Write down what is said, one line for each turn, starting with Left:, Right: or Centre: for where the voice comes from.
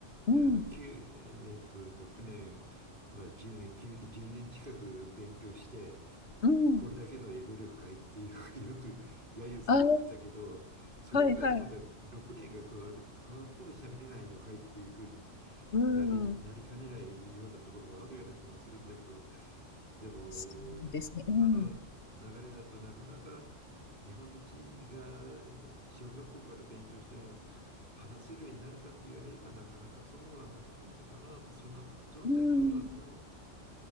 Left: うん、
Right: あの、きゅうえっと、6年、まあ、10年、9ゅ1年近く勉強して、
Left: うん。
Right: これだけの英語力かいってよく、よく揶揄されてたけど、
Left: あ
Right: それプラス今度は6年が加わる、
Left: あ、はいはい。
Right: 加わっても喋れないのかいっていうふうに
Left: うー
Right: なり、
Left: ん。
Right: なりかねないようなところもあるような気もするんだけど、でも今の流れだとなかなか
Left: そうですね。うん。う
Right: 日本人がえー小学校から勉強しても話せるようになるかって言われればなかなかそうはならないのかな。その、そのあたりどうなんだろ
Left: ーん。